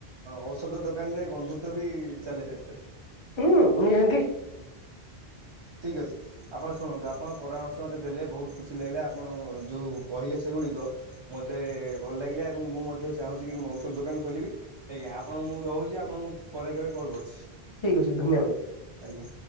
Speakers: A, on the right; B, on the left.
A: ଔଷଧ ଦୋକାନ ରେ ବନ୍ଧୁତଵ ବି ଚାଲେ ସେ ଭିତରେ
B: ହୁଁ ନିହାତି
A: ଠିକ ଅଛି। ଆପଣ ଶୁଣନ୍ତୁ ଆପଣ ପରାମର୍ଶ ମତେ ଦେଲେ ବହୁତ ଖୁସି ଲାଗିଲା ଆପଣ ଯୋଉ କହିଲେ ସେଗୁଡିକ ମତେ ଭଲ ଲାଗିଲା ଏବଂ ମୁଁ ମଧ୍ୟ ଚାହୁଁଛି କି ଔଷଧ ଦୋକାନ ଖୋଲିବି ଆଜ୍ଞା ଆପଣ ମୁଁ ରହୁଛି ଆପଣଙ୍କୁ ପରେ କେବେ କଲ୍ କରୁଛି।
B: ଠିକ୍ ଅଛି ଧନ୍ୟବାଦ।
A: ଆଜ୍ଞା।